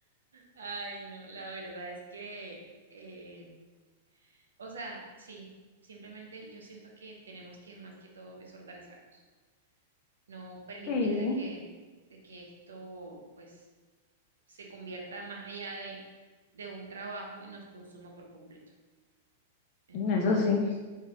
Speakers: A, on the right; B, on the left.
A: Ay, no, la verdad es que, eh, o sea, sí, simplemente yo siento que tenemos que más que todo es organizarnos, no permitir
B: Sí,
A: de que, de que esto pues se convierta más allá de, de un trabajo y nos consuma por completo. Entonces,
B: eso sí.